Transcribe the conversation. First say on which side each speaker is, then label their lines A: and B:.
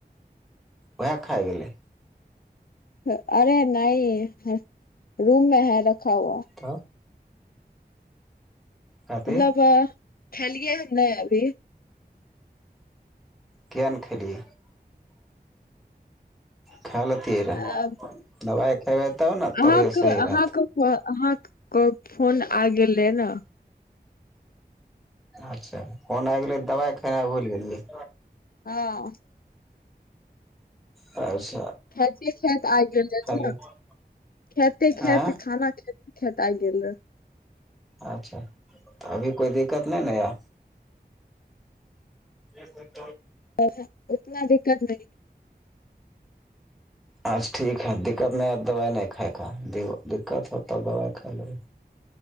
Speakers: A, in the centre; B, on the left.
A: उएह खा गेलै
B: <unintelligible> अरे नहि रूम मे है रखा ह <unintelligible>
A: तऽ कहतै
B: <unintelligible> ल ल ब <unintelligible> खेलियै हन नहि अभी
A: किया न खेलियै खा लतियै रहए
B: अ,
A: दबाइ खयबै तब ने
B: अहाँक
A: तबियत सही
B: अहाँक
A: रहतै
B: अहाँक क फोन आ गेल रहै न
A: अच्छा फोन आबि गेलै दबाइ खेनाइ भुलि गेलियै
B: हँ
A: आ <unintelligible>
B: खातीयै खात आगि देल जाइत छै
A: लेब
B: ने खेते खात
A: आँय
B: खाना खेलिए खेत आइ गेले
A: अच्छाऽ अभी कोइ दिक्कत नहि ने या ए त <unintelligible>
B: त उतना दिक्कत नहि
A: अच्छ ठीक है दिक्कत नहि हाए दबाइ नहि खााय के दिक्कत होत तऽ दबाइ खाइ लेब